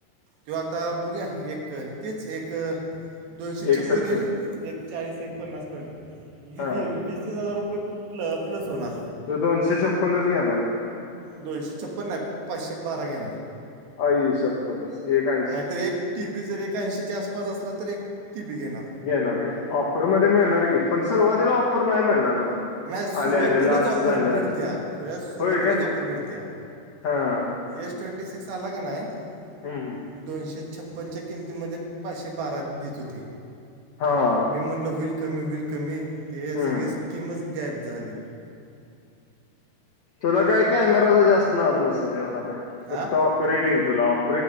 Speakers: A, on the right; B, on the left.
A: तो आता बुघ्या एक तीच एक. दोनशे छप्पन
B: एक सत्तर
A: येईल एक चाळीस एक पन्नासपर्यंत वी
B: हा हा
A: वीसतीस हजार रुपये प प्ल प्लस होणार.
B: तो दोनशे छप्प्नच घेणार काय?
A: दोनशे छप्पन नाही पाचशे बारा घेणार.
B: आई छप्पनच एक ऐंशी
A: नाहीतर एक टीबी जर एक ऐंशीच्या आसपास असला तर एक. टी बी गेणार.
B: येेणार का ऑपर मध्ये मिळणार गी पण सुरुवातीला ऑफर नाही मिळणार तुला.
A: नाही सुरुवातीलाच
B: आले आले लॉन्च
A: ऑपर
B: झालं झालं
A: भेटत्या खुळ्या सुरुवातीलाच
B: होय काय
A: ऑपर भेटत्या.
B: हा.
A: एस ट्वेंटी सिक्स आला का नाही
B: हम्म
A: दोनशे छप्पनच्या किमतीमध्ये पाचशे बारा देत होते.
B: हा.
A: म म्हटलं होईल कमी होईल कमी ते
B: हम्म
A: सगळे स्कीमच गायब झाली.
B: तुला काय कॅमेराचा जास्णार नसेल एवढा का
A: हां
B: फऑपरेटिंग तुला ऑप.